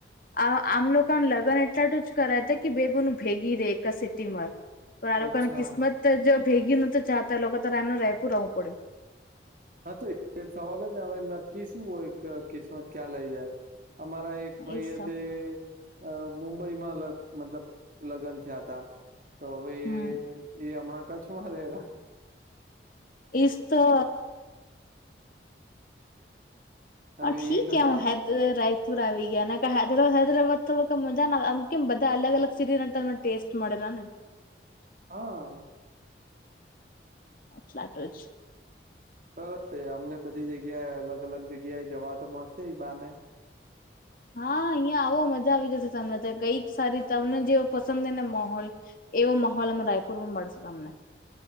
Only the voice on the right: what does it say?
અચ્છા
હા તો સવાલ જને જેને કે નક્કી શું હોય કિસ્મત ક્યાં લઈ જાય. અમારા એક ફાઈ
તે અ મુંબઈમાં મતલબ લગ્ન થયા તા તો હવે
એ હમણાં કચ્છમાં રહેતા.
હવે
એક
હતા
હા.
સરસ અમને બધી જગ્યાએ અલગ જગ્યાએ જવા તો મળશે એ બહાને